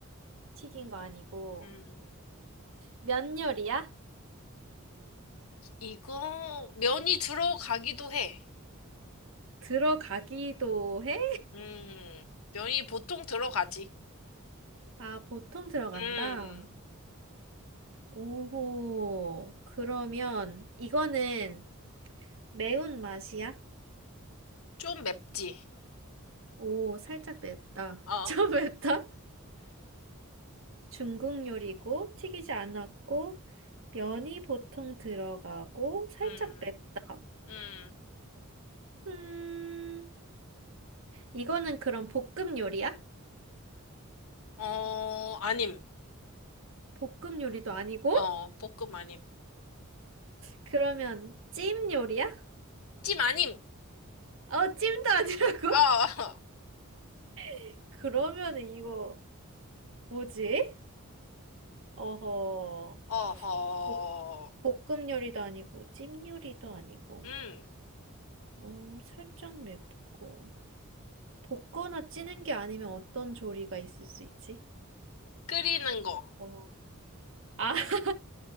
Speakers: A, on the right (about 65°); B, on the left (about 85°).
A: 튀긴 거 아니고,
B: 음.
A: 면 요리야?
B: 이거 면이 들어가기도 해.
A: 들어가기도 해?
B: 음. 면이 보통 들어가지.
A: 아, 보통 들어간다.
B: 음.
A: 오호, 그러면 이거는 매운 맛이야?
B: 좀 맵지.
A: 오, 살짝 맵다.
B: 어.
A: <laughs> 좀 맵다? 중국 요리고 튀기지 않았고 면이 보통 들어가고 살짝
B: 음.
A: 맵다.
B: 음.
A: 음, 이거는 그럼 볶음 요리야?
B: 어, 아님.
A: 볶음 요리도 아니고?
B: 어, 볶음 아님.
A: 그러면 찜 요리야?
B: 찜 아님. 어.
A: 어, 찜도 아니라고?
B: <laughs>
A: <laughs> 그러면은 이거 뭐지? 어허,
B: 어허.
A: 볶, 볶음 요리도 아니고 찜 요리도 아니고,
B: 음.
A: 어, 살짝 맵고. 볶거나 찌는 게 아니면 어떤 조리가 있을 수 있지?
B: 끓이는 거.
A: 어. 아, <laughs>